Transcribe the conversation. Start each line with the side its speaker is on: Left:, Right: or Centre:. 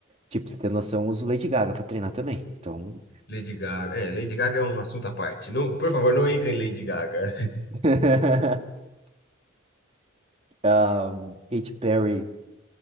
Right: Tipo, pra você ter noção, eu uso Lady Gaga pra treinar também. Então.
Left: Lady Gaga. É, Lady Gaga é um assunto à parte. Não, por favor, não entre em Lady Gaga.
Right: <laughs> Um, Katy Perry